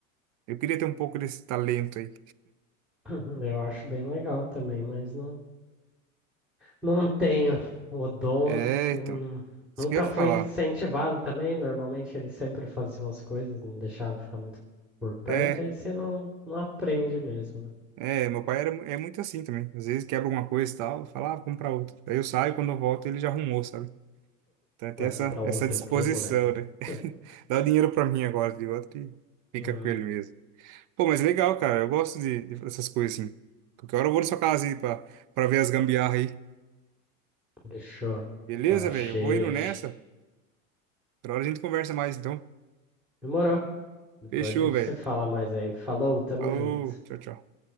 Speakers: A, on the right; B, in the centre.
A: eu queria ter um pouco desse talento aí.
B: <clears throat> Eu acho bem legal também, mas não, não tenho o dom.
A: É,
B: hum,
A: então, isso
B: Nunca
A: que eu ia
B: fui
A: falar.
B: incentivado também. Normalmente eles sempre faziam as coisas, não deixavam ficar muito por perto,
A: É,
B: aí você não, não aprende mesmo, né?
A: é, meu pai era, mu- é muito assim também. Às vezes quebra alguma coisa e tal, fala, ah, vou comprar outra. Aí eu saio, quando eu volto ele já arrumou, sabe? Então tem
B: Vai
A: essa,
B: comprar outro
A: essa disposição,
B: o quê, moleque?
A: né? <laughs>
B: <laughs>
A: Dá o dinheiro pra mim agora de outro e fica
B: Ah,
A: com ele mesmo. Pô, mas legal, cara. Eu gosto de, de dessas coisas assim. Qualquer hora eu vou na sua casa aí pra, pra ver as gambiarra aí.
B: Fechou.
A: Beleza,
B: Tá cheia.
A: velho? Eu vou indo nessa. Outra hora a gente conversa mais, então.
B: Demorou. Depois
A: Fechou,
B: a gente
A: velho.
B: se fala mais aí. Falou, tamo
A: Falou.
B: junto.
A: Tchau, tchau.